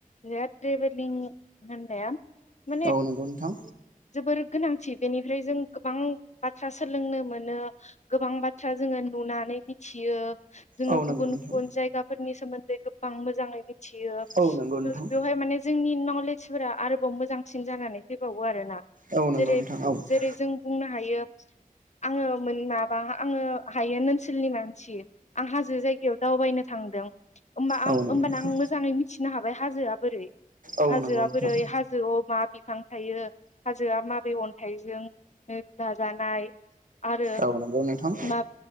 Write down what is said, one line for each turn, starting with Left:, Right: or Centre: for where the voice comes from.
Left: जे ट्रेभेलिं होननाया माने
Right: औ नंगौ नोंथां
Left: जोबोर गोनांथि बेनिफ्राय जों गोबां बाथ्रा सोलोंनो मोनो गोबां बाथ्रा जोङो नुनानै मिथियो जोङो
Right: औ
Left: गुबुन
Right: नंगौ नोंथां
Left: गुबुन जायगाफोरनि सोमोन्दै गोबां मोजाङैनो <unintelligible>
Right: औ नंगौ
Left: बेवहाय
Right: नोंथां
Left: मानि जोंनि नलेजफोरा आरोबाव मोजांसिन जानानै फैबावो आरोना।
Right: औ नंगौ
Left: जेरै
Right: नोंथां औ
Left: जेरै जों बुंनो हायो आङो माबा आङो हायो ओनसोलनि मानसि आं हाजो जायगायाव दावबायनो थांदों। होनोमबाना
Right: औ नंगौ नोंथां
Left: आं मिथिनो हाबाय हाजोआ बोरै
Right: औ
Left: हाजोआ
Right: नंगौ नोंथां
Left: बोरै हाजोआव मा बिफां थायो हाजोआ माबे अन्थाइजों दाजानाय। आरो
Right: औ नंगौ नोंथां
Left: मा